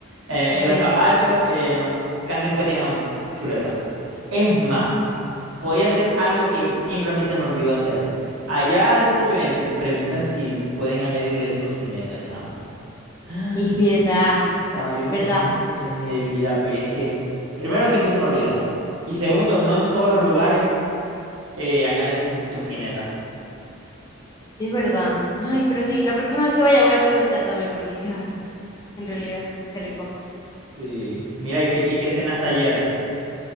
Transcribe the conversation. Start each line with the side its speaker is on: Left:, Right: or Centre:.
Right: Eh,
Left: sí.
Right: en los capachos eh, no, casi nunca tienen hamb- chuleta. Es más, podía hacer algo que siempre a mí se me olvidó hacer. Allá donde yo entré, preguntar si pueden añadirle tocineta, chama. <gasps>
Left: Es verdad,
Right: Chama, yo,
Left: verdad,
Right: esa es, esa es mi debilidad, pero es que, primero, siempre se me olvida. Y segundo, no en todos los lugares eh, añaden tocineta.
Left: sí, es verdad. Ay, pero sí, la próxima vez que vaya voy a preguntar también, porque es que, ay, en realidad, qué rico.
Right: Sí. Mira, ¿y qué, y qué cenaste ayer?